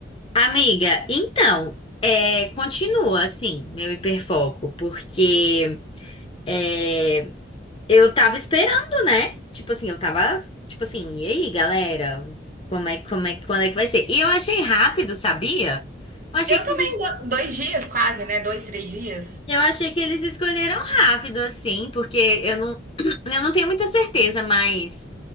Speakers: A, on the left; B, on the right.
A: Amiga, então, é, continua assim, meu hiperfoco, porque é, eu tava esperando, né? Tipo assim, eu tava, tipo assim, e aí, galera? Como é, como é, quando é que vai ser? E eu achei rápido, sabia? Eu achei
B: Eu
A: que
B: também,
A: eles,
B: dois dias quase, né? Dois, três dias.
A: eu achei que eles escolheram rápido, assim, porque eu não, <clears throat> eu não tenho muita certeza, mas.